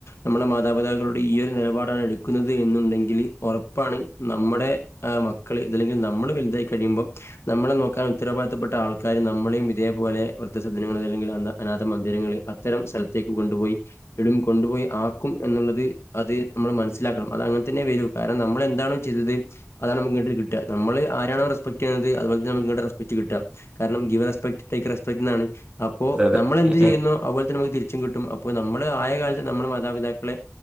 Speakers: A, on the left; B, on the right.
A: നമ്മളെ മാതാപിതാക്കളൊട് ഈ ഒരു നെലപാടാണ് എട്ക്കുന്നത് എന്നുണ്ടെങ്കില് ഒറപ്പാണ് നമ്മടെ ആഹ് മക്കള് അതല്ലെങ്കിൽ നമ്മള് വെൽതായി കഴിയുമ്പം നമ്മളെ നോക്കാൻ ഉത്തരവാദിത്തപ്പെട്ട ആൾക്കാര് നമ്മളേം ഇതേപോലെ വൃദ്ധ സദനങ്ങളില് അല്ലെങ്കിൽ അന്ത അനാഥ മന്ദിരങ്ങള് അത്തരം സ്ഥൽത്തേക്ക് കൊണ്ട്പോയി ഇടും കൊണ്ടുപോയി ആക്കും എന്ന്ള്ളത് അത് നമ്മള് മൻസ്സ്ലാക്കണം അതാ അങ്ങൻ തന്നെ വെരൂ കാരണം നമ്മളെന്താണോ ചെയ്തത് അതാണ് നമ്മക്ക്ങ്ങട്ട് കിട്ടാ നമ്മള് ആരാണോ റെസ്പെക്ട് ത് അത്പോൽത്തന്നെ നമ്ക്ക് ഇങ്ങട്ട് റെസ്പെക്ട് കിട്ടാ കാരണം ഗീവെ റെസ്പെക്ട് റ്റേക്കെ റെസ്പെക്ട് ന്നാണ് അപ്പോ
B: അതെ അതെ
A: നമ്മളെന്ത്
B: ഉം
A: ചെയ്യ്ന്നോ
B: ഉം
A: അത്പോൽ ത്തന്നെ നമ്ക്ക് തിരിച്ചും കിട്ടും അപ്പോ നമ്മള് ആയ കാലത്ത് നമ്മുടെ മാതാപിതാക്കളെ